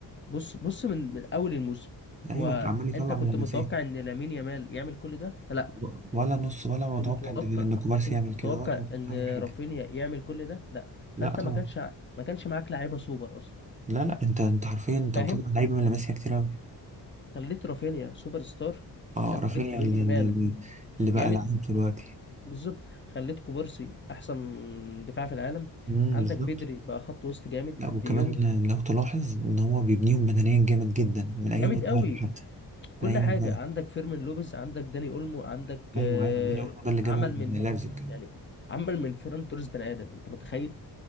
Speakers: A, on the left; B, on the right.
A: بص بص من من اول الموسم
B: أيوه
A: هو
B: عمال يطلع
A: انت كنت
B: من لاماسيا
A: متوقع ان لامين يامال يعمل كل ده فلا
B: و- ولا نص ولا متوقع
A: كنت متوقع
B: إن إن كوبارسي
A: كنت
B: يعمل كده
A: متوقع
B: ولا
A: ان
B: أي حاجة
A: رافينيا يعمل كل ده لا
B: لا
A: فانت
B: طبعا
A: ما كانش ع- ما كانش معاك لعيبه سوبر اصلا
B: لا لا أنت أنت حرفيا أنت
A: فاهم
B: مطلع لعيبة من لاماسيا كتير أوي
A: خليت رافينيا سوبر ستار
B: أه
A: خليت
B: رافينيا
A: لامين
B: اللي,
A: يامال
B: اللي اللي بقى
A: جامد
B: لعيب دلوقتي
A: بالظبط خليت كوبارسي احسن دفاع في العالم
B: امم
A: عندك
B: بالظبط
A: بدري بقى خط وسط جامد
B: لا وكمان
A: دي يونج
B: لو تلاحظ إن هو بيبنيهم بدنيا جامد جدا من أيام
A: جامد
B: البايرن
A: قوي
B: حتى
A: كل
B: من أيام
A: حاجه
B: البايرن
A: عندك فيرمين لوبيز عندك داني اولمو عندك
B: أيوه
A: آه،
B: أيوه داني أولمو ده اللي جابه
A: عمل من
B: من لايبزيج
A: يعني عمل من فيران توريس بني ادم انت متخيل